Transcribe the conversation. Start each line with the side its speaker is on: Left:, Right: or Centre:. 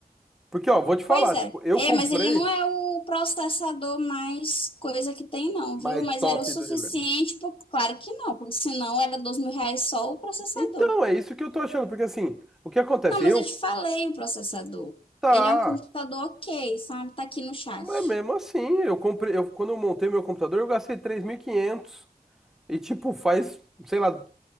Centre: Porque, ó, vou te falar,
Left: Pois é.
Centre: tipo, eu
Left: É,
Centre: comprei
Left: mas ele não é o processador mais coisa que tem não,
Centre: mais
Left: viu? Mas
Centre: top
Left: era o suficiente,
Centre: do universo.
Left: pro... claro que não, porque senão era dois mil reais só o processador.
Centre: Então, é isso que eu tô achando, porque assim, o que acontece?
Left: Não, mas
Centre: Eu,
Left: eu te falei o processador.
Centre: tá,
Left: Ele é um computador ok, sabe? Tá aqui no chat.
Centre: mas mesmo assim, eu comprei, eu, quando eu montei meu computador, eu gastei 3.500 e quinhentos e tipo, faz, sei lá,